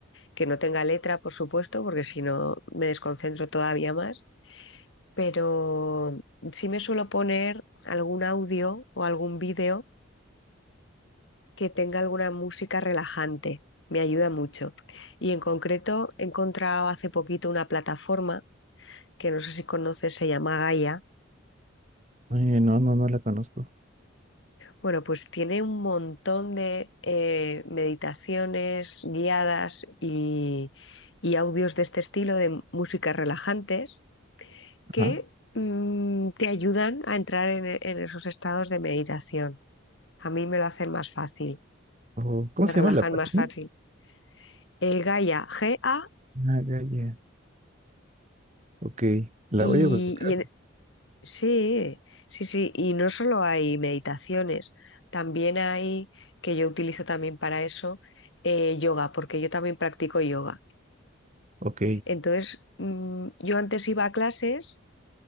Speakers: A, on the left; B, on the right.
A: que no tenga letra, por supuesto, porque si no me desconcentro todavía más, pero sí me suelo poner algún audio o algún vídeo que tenga alguna música relajante. Me ayuda mucho. Y en concreto he encontrado hace poquito una plataforma que no sé si conoces, se llama Gaia
B: Oye, no, no, no la conozco.
A: Bueno, pues tiene un montón de eh, meditaciones guiadas y, y audios de este estilo de músicas relajantes que
B: Ajá.
A: mm, te ayudan a entrar en, e- en esos estados de meditación. A mí me lo hacen más fácil,
B: O, ¿cómo
A: me
B: se
A: relajan
B: llama la página?
A: más fácil. El Gaia, G-A-I-A.
B: Ah, ya, ya. Ok, la
A: Y,
B: voy a buscar.
A: Sí, sí, sí. Y no solo hay meditaciones, también hay, que yo utilizo también para eso, eh, yoga, porque yo también practico yoga.
B: Ok,
A: Entonces, mm, yo antes iba a clases